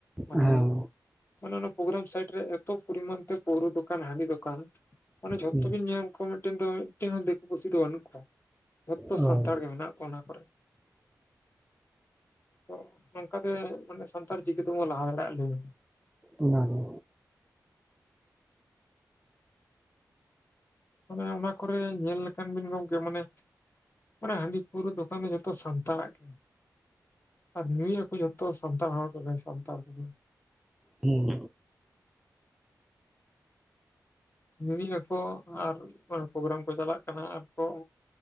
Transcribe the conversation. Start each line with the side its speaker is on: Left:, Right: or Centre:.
Left: ᱢᱟᱱᱮ
Centre: ᱦᱮᱸ
Left: ᱢᱟᱱᱮ ᱚᱱᱟ ᱯᱨᱚᱜᱨᱟᱢ ᱥᱟᱭᱤᱴ ᱨᱮ ᱮᱛᱚ ᱯᱚᱨᱤᱢᱟᱱ ᱛᱮ ᱯᱟᱹᱣᱨᱟᱹ ᱫᱚᱠᱟᱱ, ᱦᱟᱺᱰᱤ ᱫᱚᱠᱟᱱ, ᱢᱟᱱᱮ ᱡᱷᱚᱛᱚ
Centre: ᱦᱮᱸ,
Left: ᱵᱤᱱ ᱧᱮᱞ ᱠᱚᱣᱟ ᱢᱤᱫᱴᱮᱱ ᱫᱚ ᱢᱤᱫᱴᱟᱱ ᱦᱚᱸ ᱫᱤᱠᱩ ᱯᱩᱥᱤ ᱫᱚ ᱵᱟᱹᱱᱩᱜ ᱠᱚᱣᱟ᱾ ᱡᱷᱚᱛᱚ
Centre: ᱦᱳᱭ
Left: ᱥᱟᱱᱛᱟᱲ ᱜᱮ ᱢᱮᱱᱟᱜ ᱠᱚᱣᱟ ᱚᱱᱟ ᱠᱚᱨᱮ᱾ ᱛᱚ ᱱᱚᱝᱠᱟ ᱜᱮ ᱢᱟᱱᱮ ᱥᱟᱱᱛᱟᱲ ᱪᱤᱠᱟᱹ ᱛᱮᱵᱚᱱ ᱞᱟᱦᱟ ᱫᱟᱲᱮᱭᱟᱜᱼᱟ ᱞᱟᱹᱭ ᱢᱮ?
Centre: ᱚᱱᱟ ᱜᱮ᱾
Left: ᱢᱟᱱᱮ ᱚᱱᱟ ᱠᱚᱨᱮ ᱧᱮᱞ ᱞᱮᱠᱷᱟᱱ ᱵᱤᱱ ᱜᱚᱝᱠᱮ ᱢᱟᱱᱮ ᱢᱟᱱᱮ ᱦᱟᱺᱰᱤ ᱯᱟᱹᱣᱨᱟᱹ ᱫᱚᱠᱟᱱ ᱫᱚ ᱡᱚᱛᱚ ᱥᱟᱱᱛᱟᱲᱟᱜ ᱜᱮ, ᱟᱨ ᱧᱩᱭᱮᱜ ᱟᱠᱚ ᱡᱚ ᱛᱚ ᱥᱟᱱᱛᱟᱲ ᱦᱚᱲ ᱠᱚᱜᱮ ᱥᱟᱱᱛᱟᱲ ᱠᱚᱜᱮ᱾
Centre: ᱦᱩᱸ᱾
Left: ᱧᱩᱭᱮᱜ ᱟᱠᱚ ᱟᱨ ᱚᱱᱟ ᱯᱨᱳᱜᱨᱟᱢ ᱠᱚ ᱪᱟᱞᱟᱜ ᱠᱟᱱᱟ ᱟᱨ ᱠᱚ